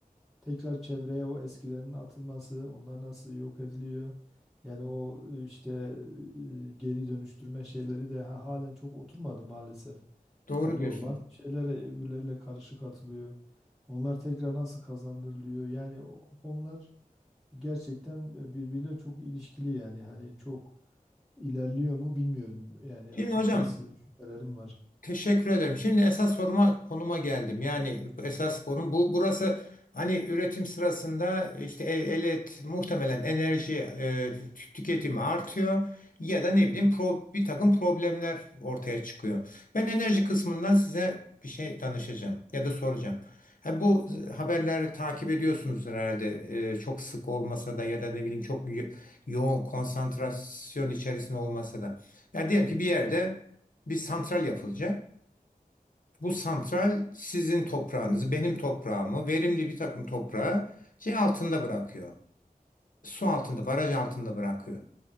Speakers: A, in the centre; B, on the left.
A: tekrar çevreye o eskilerin atılması, onlar nasıl yok ediliyor? Yani o e, işte e, geri dönüştürme şeyleri de ha- halen çok oturmadı maalesef.
B: Doğru
A: Yani
B: diyorsun.
A: normal şeylere öbürleriyle karışık atılıyor. Onlar tekrar nasıl kazandırılıyor? Yani o, o konular gerçekten e, birbiriyle çok ilişkili yani hani çok ilerliyor mu bilmiyorum yani
B: Şimdi
A: açıkçası
B: hocam
A: şüphelerim var.
B: Teşekkür ederim. Şimdi esas soruma konuma geldim. Yani esas konum bu. Burası hani üretim sırasında işte e- elet muhtemelen enerji e, tü- tüketimi artıyor ya da ne bileyim pro, bir takım problemler ortaya çıkıyor. Ben enerji kısmından size bir şey danışacağım ya da soracağım. Ha, bu haberleri takip ediyorsunuz herhalde. E, çok sık olmasa da ya da ne bileyim çok yo- yoğun konsantrasyon içerisinde olmasa da. Ya diyelim ki bir yerde bir santral yapılacak. Bu santral sizin toprağınızı, benim toprağımı, verimli bir takım toprağı şey altında bırakıyor. Su altında, baraj altında bırakıyor.